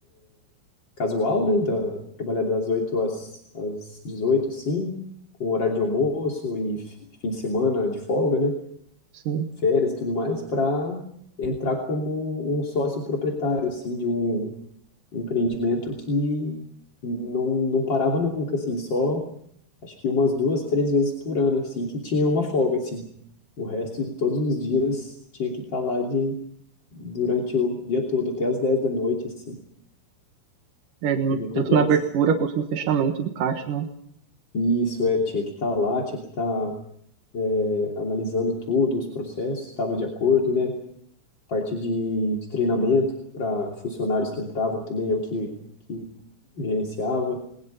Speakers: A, on the left (about 30°); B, on the right (about 65°).
A: casual, né, da, trabalhar das 8 às, às 18 assim, com horário de almoço e fi- fim de semana de folga, né,
B: sim.
A: férias e tudo mais, para entrar como um sócio proprietário, assim, de um, um empreendimento que não, não parava nunca, assim, só acho que umas duas, três vezes por ano, assim, que tinha uma folga, assim. O resto de todos os dias tinha que estar lá de, durante o dia todo, até as dez da noite, assim.
B: É, no-
A: Foi bem complexo.
B: tanto na abertura quanto no fechamento do caixa, né?
A: E isso, é, tinha que estar lá, tinha que estar é, analisando tudo, os processos, estava de acordo, né? Parte de, de treinamento para funcionários que entravam também, eu que, que gerenciava.